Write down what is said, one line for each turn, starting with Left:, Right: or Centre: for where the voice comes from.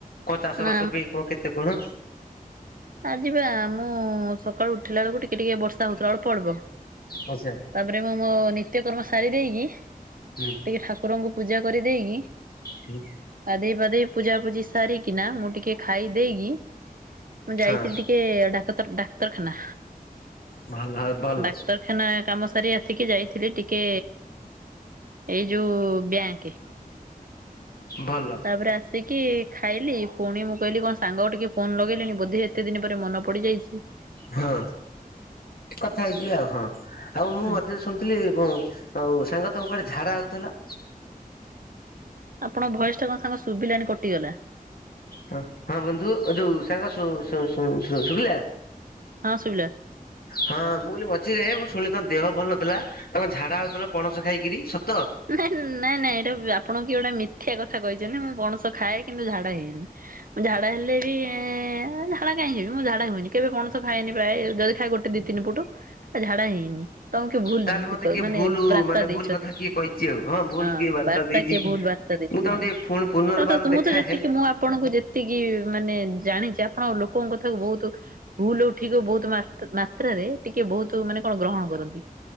Left: କଣ ଚାଷ
Right: ନା
Left: ବାସ ପାଇଁ କଣ କେତେ କଣ।
Right: ଆ ଯିବା ମୁଁ ସକାଳୁ ଉଠିଲା ବେଳକୁ ଟିକେ ଟିକେ ବର୍ଷା ହଉଥିଲା ଅଳ୍ପ ଅଳ୍ପ।
Left: ଆଛା
Right: ତାପରେ ମୁଁ ମୋ ନିତ୍ୟକର୍ମ ସାରି ଦେଇକି
Left: ହୁଁ
Right: ଟିକେ ଠାକୁରଙ୍କୁ ପୂଜା କରିଦେଇକି
Left: ହୁଁ
Right: ଆଧେଇ ପାଧେଇ ପୂଜାପୂଜି ସାରିକିନା ମୁଁ ଟିକେ ଖାଇ ଦେଇକି ମୁଁ ଯାଇଥିଲି
Left: ହଁ।
Right: ଟିକେ ଡାକତର ଡାକ୍ତରଖାନା
Left: ଭଲ ଭଲ
Right: ଡାକ୍ତର ଖାନା କାମ ସାରି ଆସିକି ଯାଇଥିଲି ଟିକେ ଏଇ ଯୋଉ ବ୍ୟାଙ୍କ।
Left: ଭଲ।
Right: ତାପରେ ଆସିକି ଖାଇଲି ପୁଣି ମୁଁ କହିଲି କଣ ସାଙ୍ଗ ଟିକେ ଫୋନ ଲଗେଇଲିଣି ବୋଧେ କେତେ ଦିନ ପରେ ମନ ପଡିଯାଇଚି।
Left: ହଁ କଥା ହେଇଛି ଆଉ ହଁ ଆଉ ମୁଁ
Right: ହୁଁ
Left: ମତେ ଶୁଣ ଥିଲି ଏବଂ ଆଉ ସାଙ୍ଗ ତାଙ୍କୁ କୁଆଡେ ଝାଡ଼ା ହୋଉଥିଲ?
Right: ଆପଣ ଭୟସ ଟା କଣ ସାଙ୍ଗ ଶୁଭିଲାନି କଟିଗଲା।
Left: ହଁ ହଁ ବନ୍ଧୁ ଯୋଉ ସାଙ୍ଗ ଶୁ ଶୁ ଶୁ ଶୁ ଶୁଭିଲା।
Right: ହଁ ଶୁଭିଲା।
Left: ହଁ ମୁଁ କହିଲି ମଝିରେ ମୁଁ ଶୁଣିଲି ତମ ଦେହ ଭଲ ନଥିଲା ତମ ଝାଡା ହଉଥିଲା ପଣସ ଖାଇକିରି ସ
Right: ନାଇଁ ନାଇଁ ନାଇଁ ଏଇଟା ଆପଣ କି ଗୋଟେ ମିଥ୍ୟା କଥା କହିଛନ୍ତି, ମୁଁ ପଣସ ଖାଏ କିନ୍ତୁ ଝାଡା ହେଇନି। ଝାଡ଼ା ହେଲେ ବି ଏଁ ଝାଡା କାହିଁ ହେବି ମୁଁ ଝାଡ଼ା ହୁଏନି କେବେ ପଣସ ଖଏନି ପ୍ରାୟ ଯଦି ଖଏ ଗୋଟେ ଦି ତିନି ପୁଟ ଝାଡ଼ା ହେଇନି ହେଲା। ତମକୁ ଭୁଲ
Left: ତାହେଲେ ମତେ
Right: ଦି କହି
Left: କିଏ
Right: ମାନେ
Left: ଭୁଲ
Right: ବାର୍ତା
Left: ମାନେ ଭୁଲ
Right: ଦେଇଛନ୍ତି।
Left: କଥା କିଏ କହିଛି ଆଉ ଭୁଲ
Right: ହଁ
Left: କିଏ ବାର୍ତ୍ତା
Right: ବାର୍ତା
Left: ଦେଇଛି
Right: କିଏ ଭୁଲ ବାର୍ତା ଦେଇଚୁ
Left: ମୁଁ ତମକୁ
Right: ଆଉ
Left: ଟିକେ ପୁଣି ପୁନର୍ବାର
Right: ଅଁ ତ
Left: ଦେଖା
Right: ମୁଁ ତ ଯେତିକି
Left: ହେଲେ
Right: ମୁଁ ଆପଣଙ୍କୁ ଯେତିକି ମାନେ ଜାଣିଚି, ଆପଣ ଲୋକଙ୍କ କଥାକୁ ବୋହୁତ ଭୁଲ ହୋଉ ଠିକ ହୋଉ ବୋହୁତ ମାତ୍ ମାତ୍ରାରେ ଟିକେ ବୋହୁତ ମାନେ କଣ ଗ୍ରହଣ କରନ୍ତି।